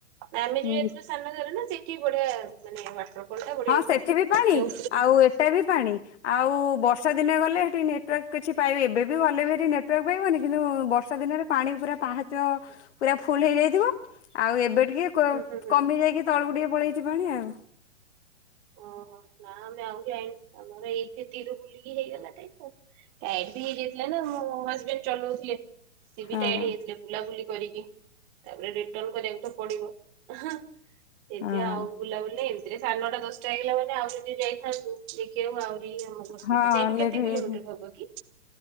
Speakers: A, on the right; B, on the left.
A: ଆମେ
B: ହୁଁ
A: ଯୋଉ ଯାଇଥିଲୁ ସାନ ଘାଗରା ନା ସେଇଠି ବଢିଆ ମାନେ ୱାଟରଫଲ ଟା ବଢିଆ
B: ହଁ
A: ହେଇଥିଲା
B: ସେଠି ବି ପାଣି
A: ଯେଉ
B: ଆଉ ଏଟା ବି ପାଣି ଆଉ ବର୍ଷା ବର୍ଷା ଦିନେ ଗଲେ ହେଟି ନେଟୱାର୍କ କିଛି ପାଇବେ ଏବେ ବି ଗଲେ ବି ନେଟୱାର୍କ ପାଇବନି କିନ୍ତୁ ବର୍ଷା ଦିନରେ ପାଣି ପୁରା ପାହାଚ ଚ଼ ପୁରା ଫୁଲ ହେଇଯାଇଥିବ ଆଉ ଏବେ ଟିକେ କ
A: ହୁଁ ହୁଁ ହୁଁ
B: କମି ଯାଇକି ତଳକୁ ଟିକେ ପଳେଇଚି ପାଣି ଆଉ।
A: ଓହୋ ନା ଆମେ ଆଉ ଯାଇନୁ ଆମର ଏଇଠି ଏତିକି ବୁଲିକି ହେଇଗଲା ଟାଇମ ଆଉ। ଟାଇଡ ବି ହେଇଯାଇଥିଲା ନା ମୋ ହଜବେଣ୍ଡ ଚଲଉଥିଲେ। ସେ ବି
B: ହଁ।
A: ଟାଇଡ ହେଇଯାଇଥିଲେ ବୁଲାବୁଲି କରିକି ତାପରେ ରିଟର୍ନ କରିବାକୁ ତ ପଡିବ। ହଁ ଏଥିରେ
B: ହଁ
A: ଆଉ ବୁଲାବୁଲି ଏମିତିରେ ସାଢ଼େ ନଅଟା ଦଶ ଟା ହେଇଗଲା ମାନେ ଆଉ ଯଦି ଯାଇଥାନ୍ତୁ। ଦେଖିବାକୁ ଆହୁରି ଆମକୁ ଅସୁବିଧା
B: ହଁ
A: ସେଇଠୁ
B: ଲେଟ୍
A: କେତେ
B: ହେଇଯାଇଥା
A: କିଲୋମିଟର ହବ କି